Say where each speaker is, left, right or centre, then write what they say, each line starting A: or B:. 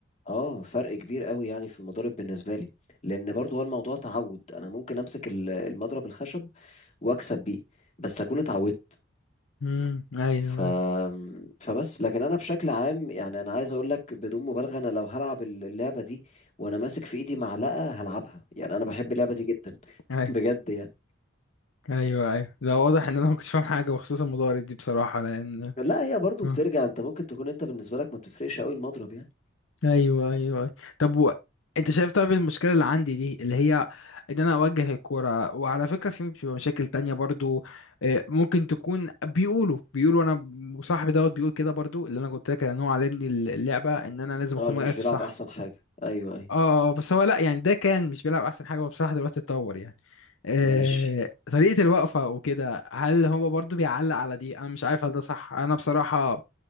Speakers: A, on the left; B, on the left.
A: اه فرق كبير قوي يعني في المضارب بالنسبه لي لان برضه هو الموضوع تعود انا ممكن امسك ال- المضرب الخشب واكسب بيه بس اكون اتعودت
B: مم. ايوه
A: ف... فبس لكن انا بشكل عام يعني انا عايز اقول لك بدون مبالغه انا لو هلعب اللعبه دي وانا ماسك في ايدي معلقه هلعبها يعني انا بحب اللعبه دي جدا <laughs>
B: ايوه
A: بجد
B: <laughs>
A: يعني
B: ايوه ايوه ده واضح ان انا ما كنتش فاهم حاجه بخصوص المضارب دي بصراحه لان
A: لا هي برضه
B: آه.
A: بترجع انت ممكن تكون انت بالنسبه لك ما بتفرقش قوي المضرب يعني
B: ايوه ايوه أيوة. طب و... انت شايف طيب المشكله اللي عندي دي اللي هي ان انا اوجه الكوره وعلى فكره في بتبقى مشاكل تانية برضو آه، ممكن تكون بيقولوا بيقولوا انا ب- وصاحبي دوت بيقول كده برضو اللي انا قلت لك ان هو علمني اللعبه ان انا لازم اكون
A: اه اللي
B: واقف
A: مش بيلعب
B: صح
A: احسن حاجة ايوه ايوه
B: اه آه، بس هو لا يعني ده كان مش بيلعب احسن حاجه هو بصراحه دلوقتي اتطور يعني آه،
A: ماشي
B: طريقة الوقفة وكده هل هو برضو بيعلق على دي انا مش عارف هل ده صح انا بصراحة